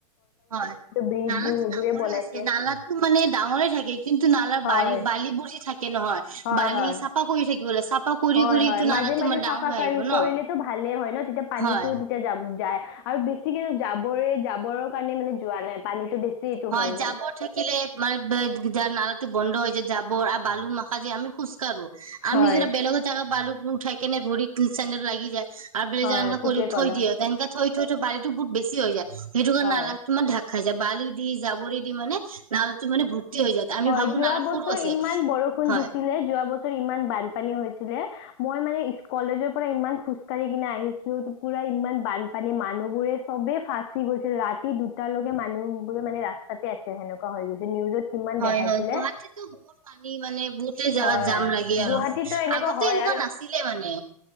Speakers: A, on the right; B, on the left.
A: হয়
B: ব্ৰিজ
A: নালাটো
B: বোৰ সেইবোৰে
A: ডাঙৰে
B: বনাইছে
A: আছে নালাটো মানে ডাঙৰে থাকে কিন্তু নালাৰ
B: হয়,
A: ব বালিবোৰ যি থাকে নহয়,
B: হয়,
A: বালি
B: হয়।
A: চাফা কৰি থাকিব <unintelligible>
B: হয়
A: কৰিটো
B: হয়, মাজে
A: নালাটো
B: মাজে
A: মানে
B: চাফা
A: ডাঙৰ হৈ আহিব
B: কৰিলেটো
A: ন।
B: ভালে হয় ন তেতিয়া পানীতটো
A: হয়
B: তেতিয়া যাব, যায়। আৰু বেছিকে জাবৰে জাবৰৰ কাৰণে মানে যোৱা নাই পানীতটো বেছি এইটো
A: হয়
B: হৈ গ'ল।
A: যাবৰ থাকিলে মানে যাৰ নালা বন্ধ হৈ যা জাবৰ আৰু বালু মখা যে আমি খোজ কাঢ়ো
B: হয়,
A: আমি যেতিয়া বেলেগৰ জেগা বালুক উঠাই কেনে ভৰিত চেন্ডেলত লাগি যায় আৰু বেলেগ
B: হয়,
A: জাগাত এনেকে
B: ঠিকে
A: কৰি
B: ক'লা
A: থৈ দিয়ে এনেকে থৈ থৈ বালি টো বহুত বেছি হৈ যায়। সেইটো কাৰণে
B: হয়।
A: নালাটো ঢাক খাই যায় বালিত দি জাবৰি দি মানে নালটো মানে ভৰ্তি হৈ যায় আমি
B: হয়
A: ভাবো
B: যোৱা
A: নালা
B: বছৰ
A: সৰু আছে
B: ইমান বৰষুণ
A: হয়
B: দিছিলে, যোৱা বছৰ ইমান বানপানী হৈছিলে। মই মানে কলেজৰ পৰা ইমান খোজ কাঢ়ি কিনে আহিছিলো, পুৰা ইমান বানপানী মানুহবোৰে চবেই ফাঁচি গৈছিল ৰাতি দুটালৈকে মানুহবোৰে মানে ৰাস্তাতে আছিল সেনেকুৱা হৈ গৈছে। নিউজত কিমান
A: হয়
B: দেখাইছিলে।
A: হয় গুৱাহাটীতো বহুত পানী মানে, বহুতেই জাগাত
B: হয়
A: জাম লাগে
B: গুৱাহাটীতো
A: আৰু আগতে
B: হয়
A: এনেকুৱা
B: আৰু
A: নাছিলে মানে,